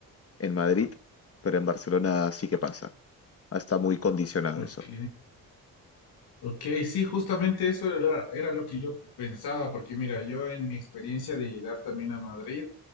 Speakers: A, on the left; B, on the left.
A: en Madrid, pero en Barcelona sí que pasa. Ah, Está muy condicionado
B: Ok.
A: eso.
B: Ok, sí, justamente eso era, era lo que yo pensaba, porque mira, yo en mi experiencia de llegar también a Madrid,